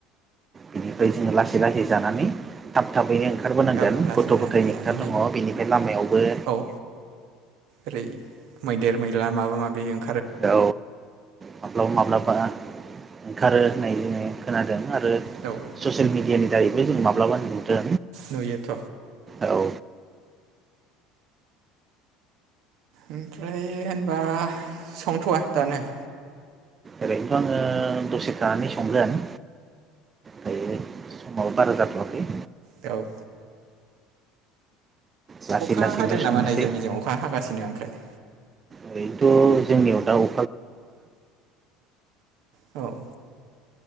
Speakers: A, on the right; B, on the right.
A: बिनिफ्राय जोङो लासै लासै जानानै थाब थाबैनो ओंखारबोनांगोन
B: औ लासै
A: गथ'
B: लासै
A: गथायनि
B: जानानै
A: खोथा दङ बेनिफ्राय लामायावबो
B: औ ओरै मैदेर मैला माबा माबि ओं
A: औ माब्लाबा माब्लाबा ओंखारो होननाय जोङो खोनादों आरो
B: औ।
A: ससियेल मिडियानि दारैबो जों माब्लाबा नुदों
B: नुयोथ'
A: औ।
B: ओमफ्राय होनबा संथ'वा दानो?
A: ओरैनोथ' आङो दसे थानानै संगोन दायो समाबो बारा जाथ'वाखै।
B: औ।
A: लासै
B: अखा
A: लासैनो
B: हादों
A: संनोसै
B: नामा नै जोंनिजों अखा हागासिनो ओमफ्राय।
A: ओरैनोथ' जोंनियाव दाउ
B: औ।